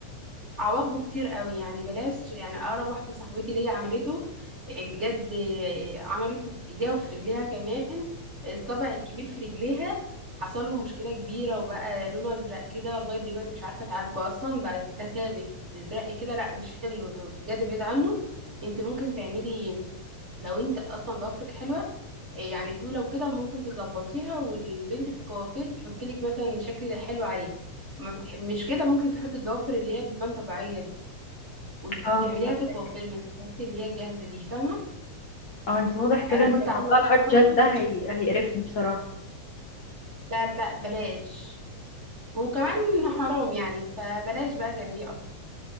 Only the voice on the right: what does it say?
عواقبه كتير قوي يعني بلاش يعني اقرب واحده صاحبتي ليا عملته إيه، بجد إيه، عملته في ايديها وفي رجليها كمان آه، الصبع الكبير في رجليها حصل له مشكله كبيره وبقى لونه ازرق كده ولغايه دلوقتي مش عارفه اتعالجه اصلا بقى ده ثابت ازرق كده لا مش حلو بجد بعيد عنه انت ممكن تعملي لو انت اصلا ضوافرك حلوه إيه يعني طويله وكده ممكن تظبطيها والبنت في الكوافير تحط لك مثلا شكل حلو عليها ما بتح... مش كده ممكن تحط الضوافر اللي هي بتبان طبيعيه دي وتعمليها
في الكوافير ما تستخدميش اللي هي الجاهزه دي فاهمه
انا كنت
عامله
كده برضه
كنت
شايفة
كده.
لا لا بلاش وكمان حرام يعني فبلاش بقى تعمليه اصلا